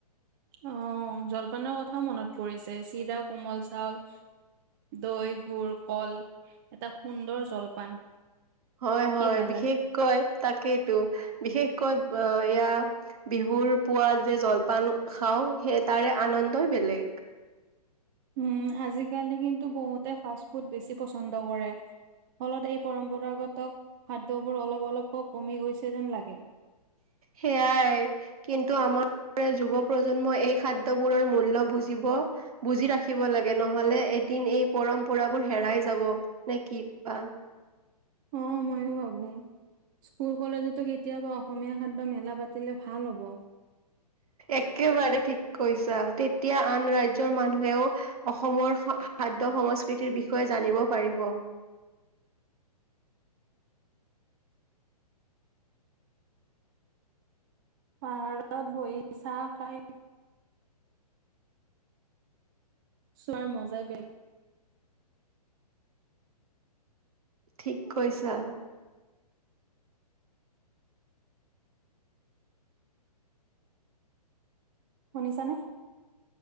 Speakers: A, on the right; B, on the right.
A: অ জলপানৰ কথাও মনত পৰিছে চিৰা কোমল চাউল। দৈ গুড় কল এটা সুন্দৰ জলপান।
B: হয়,
A: কি
B: হয়
A: ভাল
B: বিশেষকৈ
A: লাগে?
B: তাকেইতো বিশেষকৈ আহ এয়া। বিহুৰ পুৱা যে জলপান খাওঁ সেই তাৰে আনন্দই বেলেগ।
A: উম আজিকালি কিন্তু বহুতে ফাষ্ট ফুড বেছি পচন্দ কৰে। ফলত এই পৰম্পৰাগত খাদ্যবোৰ অলপ অলপকৈ কমি গৈছে যেন লাগে।
B: সেয়াই। কিন্তু আমাৰ যুৱ প্ৰজন্মই এই খাদ্যবোৰৰ মূল্য বুজিব। বুজি ৰাখিব লাগে নহলে এদিন এই পৰম্পৰাবোৰ হেৰাই যাব নে কি কোৱা।
A: অ', মইয়ো ভাবো। স্কুল কলেজতো কেতিয়াবা অসমীয়া খাদ্যৰ মেলা পাতিলে ভাল হ'ব।
B: একেবাৰে ঠিক কৈছা তেতিয়া আন ৰাজ্যৰ মানুহেও। অসমৰ খাদ্য সংস্কৃতিৰ বিষয়ে জানিব পাৰিব।
A: পাহাৰত বহি চাহ খাই। চোৱাৰ মজাই বেলে
B: ঠিক কৈছা।
A: শুনিছানে?